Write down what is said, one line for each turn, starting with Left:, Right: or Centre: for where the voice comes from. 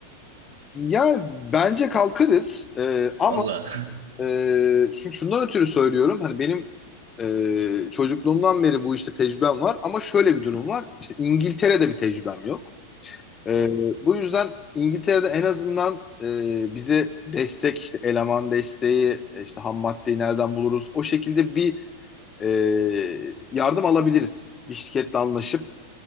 Left: Yani bence kalkarız E, ama
Right: <laughs> Vallahi.
Left: e, şu, şundan ötürü söylüyorum. Hani benim e, çocukluğumdan beri bu işte tecrübem var ama şöyle bir durum var. İşte İngiltere'de bir tecrübem yok.
Right: <laughs>
Left: Ee,
Right: Doğru.
Left: bu yüzden İngiltere'de en azından e, bize destek işte eleman desteği e, işte ham maddeyi nereden buluruz o şekilde bir e, yardım alabiliriz bir şirketle anlaşıp